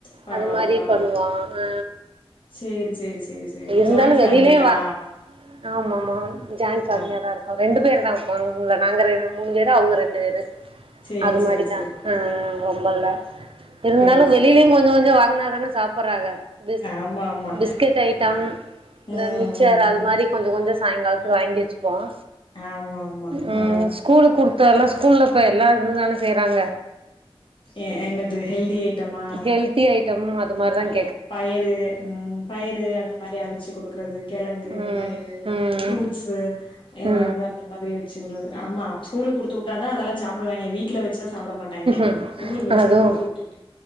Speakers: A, on the left; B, on the right.
A: பரவால்ல
B: அது மாரி
A: பரவால்ல.
B: பண்ணுவோ ஆ
A: சேரி சேரி சேரி சேரி
B: இருந்தாலு
A: ஜாயிண்ட் ஃபேமிலியா?
B: வெளியிலே வா ஆமா ஆமா ஜாயிண் ஃபேமிலியாதா
A: ஆ
B: இருக்கு ரெண்டு பேர் தா ஒரு <unintelligible> நாங்க ரெண்டு மூணு பேரு அவுங்க ரெண்டு பேரு
A: சேரி
B: அது
A: சேரி
B: மாரிதா
A: சேரி.
B: ஆ ரொம்ப இல்ல இருந்தாலு
A: சேரி சேரி
B: வெளிலயு
A: சே
B: கொஞ்ச கொஞ்ச வாங்குனாதானே சாப்பிட்றாங்க பி
A: ஆமா ஆமா.
B: பிஸ்கெட் ஐட்டம் இந்த
A: ம்
B: மிக்சர்
A: ம்
B: அது
A: ம்.
B: மாரி கொஞ்சம் கொஞ்சம் சாயங்காலத்துக்கு வாங்கி வச்சுப்போம்
A: ஆமா ஆமா.
B: உம்
A: ஆ
B: ஸ்கூல் குடுத்தத்து எல்லாம் ஸ்கூல்ல இப்ப எல்லாம் இது தானே செய்யறாங்க
A: எ என்னது ஹெல்தி ஐட்டமா?
B: ஹெல்த்தி ஐட்டம் ம இதுமாரி தான்
A: பயறு உம் பயறு அந்த மாதிரி அவிச்சு குடுக்கறது கெழங்கு
B: ம்
A: பயிறு
B: ம்
A: ஃப்ரூட்ஸு எதாவது
B: ம்
A: அந்த மாதிரி வச்சு விடுறது ஆமா ஸ்கூலு கொடுத்து விட்டாதான் அதெல்லாம் சாப்பிடுவாங்க வீ வீட்ல வ ச்சு சாப்பிட மாட்டாங்க
B: ம்
A: ஸ்கூல்லுக்கு வச்சு
B: அதுவு
A: கொடுத்து விட்டுட்டு